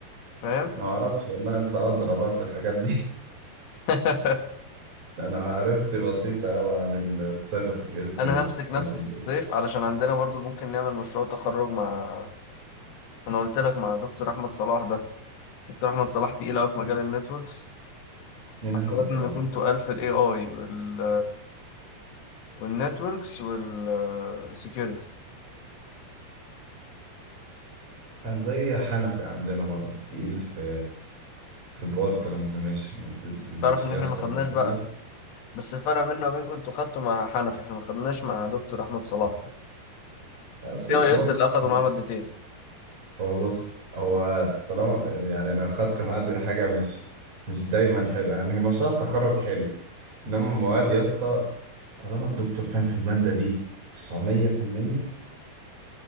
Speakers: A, on the left; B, on the right.
A: فاهم
B: انا ما اعرفش والله انت ادرى بقى في الحاجات دي
A: <laughs>
B: <laughs> انا معرفتي بسيطة قوي عن السايبر سيكيورتي
A: انا
B: والكلام
A: همسك نفسي في الصيف علشان عندنا برضو ممكن نعمل مشروع تخرج مع انا قلت لك مع دكتور احمد صلاح ده دكتور احمد صلاح تقيل قوي في مجال النتوركس
B: مين
A: فاحنا
B: احمد
A: لازم
B: صلاح
A: نكون تقال في الاي اي وال والنتوركس والسكيورتي
B: كان زي حنفي عندنا برضه تقيل في في الباور ترانزميشن والديستريبيوشن
A: تعرف ان
B: يا
A: احنا
B: اسطى
A: ما خدناش
B: بقول
A: بقى
B: لك
A: بس الفرق بيننا وبينكم انتوا خدتوا مع حنفي احنا ما خدناش مع دكتور احمد صلاح
B: أصل-
A: يا يس
B: بص
A: اللي اخدوا معاه مادتين
B: هو بص هو طالما يعني لو خدت معاه حاجه مش مش دايما حلوه يعني هي مشروع تخرج حلو انما المواد يا اسطى طالما الدكتور فاهم في الماده دي 900%